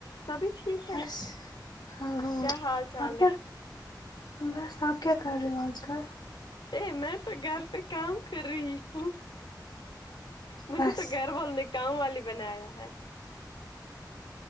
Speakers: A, on the left; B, on the left.
A: سبھی ٹھیک ہے
B: بس ہاں ہاں
A: کیا حال چال
B: آپ کیا
A: ہے
B: بس آپ کیا کر رہے ہو آج کل
A: ہی میں تو گھر پہ کام کر رہی ہوں مجھے
B: بس
A: تو گھر والوں نے کام والی بنایا ہے